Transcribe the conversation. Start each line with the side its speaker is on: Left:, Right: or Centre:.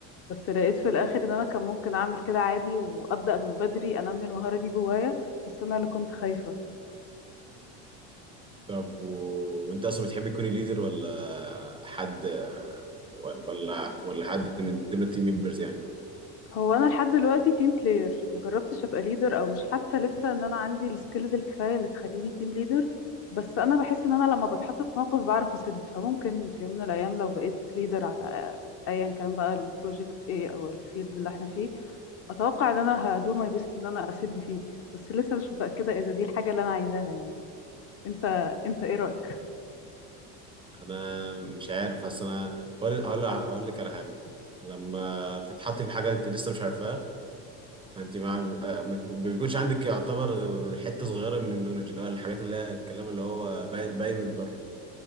Left: بس لقيت في الآخر إن أنا كان ممكن أعمل كده عادي وأبدأ من بدري أنمي المهارة دي جوايا بس أنا اللي كنت خايفة
Right: طب و... وانت اصلا بتحب تكوني ليدر ولا حد ولا ولا حد من ضمن التيم ممبرز يعني
Left: هو انا لحد دلوقتي تيم بلاير مجربتش ابقى ليدر او مش حاسه لسه ان انا عندي السكيلز الكفايه اللي تخليني تيم ليدر بس انا بحس ان انا لما بتحط في موقف بعرف اسد فممكن في يوم من الايام لو بقيت ليدر على ايا كان بقى البروجكت ايه او الفيلد اللي احنا فيه اتوقع ان انا هدو ماي بيست ان انا اسد فيه بس لسه مش متاكده اذا دي الحاجه اللي انا عايزاها يعني انت انت ايه رايك <laughs>
Right: انا مش عارف بس انا هقول هقول هقول لك على حاجه لما تتحطي في حاجه انت لسه مش عارفاها فانت ما آه، ما بيكونش عندك يعتبر غير حته صغيره من النولج اللي هو الحاجات اللي هي الكلام اللي هو باين باين من بره